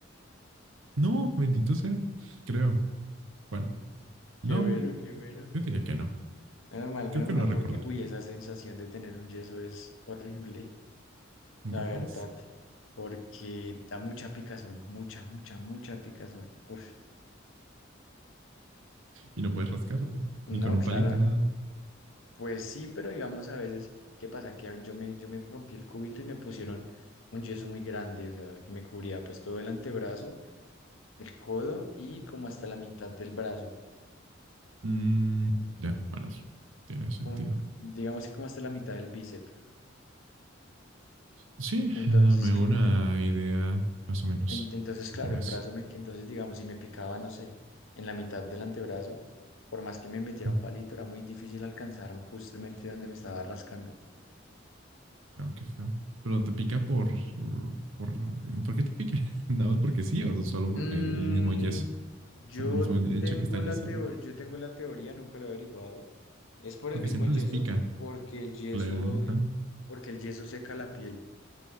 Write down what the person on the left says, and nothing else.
Qué
bueno, qué bueno.
Menos mal, menos
mal,
porque, uy, esa sensación de tener un yeso es horrible, la
verdad, porque da mucha picazón, mucha, mucha, mucha picazón. Uf,
no,
claro,
pues sí, pero digamos a veces, ¿qué pasa? Que yo me, yo me rompí el cúbito y me pusieron un yeso muy grande, o sea, que me cubría pues todo el antebrazo, el codo y como hasta la mitad del brazo,
como, digamos que como hasta la mitad del bíceps.
Entonces,
cl-
en-
En- Entonces, claro,
el
brazo me, entonces digamos, si me picaba, no sé, en la mitad del antebrazo, por más que me metiera
un palito, era muy difícil alcanzar justamente donde me estaba rascando.
Mm,
yo
tengo
la teo- yo tengo la teoría, nunca lo he averiguado. Es por
el mismo
yeso,
porque el yeso,
porque el yeso seca la piel.